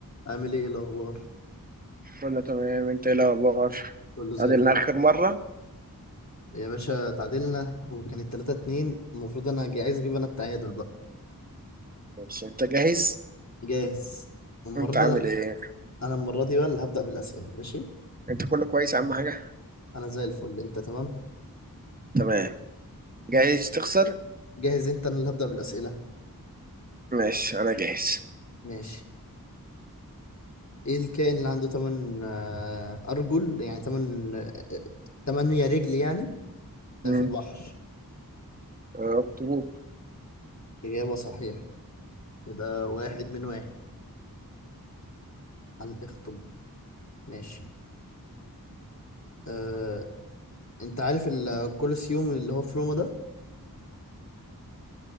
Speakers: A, on the left; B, on the right.
A: عامل ايه الاخبار
B: كله تمام انت ايه الاخبار
A: كله زي
B: قعدنا
A: الفل
B: اخر مره
A: يا باشا تعادلنا وكانت 3 2 المفروض انا جا- عايز اجيب انا التعادل بقى
B: ماشي انت جاهز
A: جاهز المره
B: انت
A: دي
B: عامل
A: انا
B: ايه
A: انا المره دي بقى اللي هبدا بالاسئله ماشي
B: انت كله كويس اهم حاجه
A: انا زي الفل انت تمام
B: تمام جاهز تخسر
A: جاهز انت انا اللي هبدا بالاسئله
B: ماشي انا جاهز
A: ماشي ايه الكائن اللي عنده 8 ارجل يعني 8 8 رجل يعني آه،
B: امم
A: في البحر
B: اخطبوط
A: اجابه صحيحه يبقى واحد من واحد على الاخطبوط ماشي أه... انت عارف الكولوسيوم اللي هو في روما ده